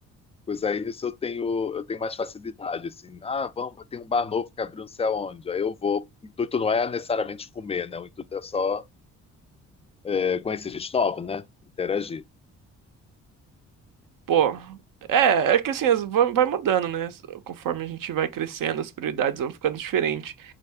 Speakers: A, on the left (about 15°); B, on the right (about 60°).
A: Pois aí nisso eu tenho, eu tenho mais facilidade, assim. Ah, vamos, tem um bar novo que abriu não sei aonde. Aí eu vou. O intuito não é necessariamente comer, né? O intuito é só eh, conhecer gente nova, né? Interagir.
B: Pô, é, é que assim, as- vai vai mudando, né? Conforme a gente vai crescendo, as prioridades vão ficando diferentes.